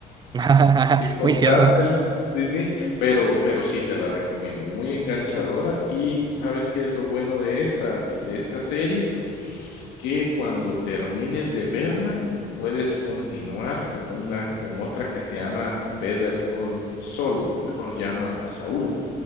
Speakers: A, on the right; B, on the left.
A: <laughs>
B: Y contártela.
A: Muy cierto.
B: Sí, sí, pero pero sí te la recomiendo, muy enganchadora. Y, ¿sabes qué es lo bueno de esta que de esta serie? Que cuando termines de verla, puedes continuar con una con otra que se llama Better Call Saul, mejor llama a Saúl.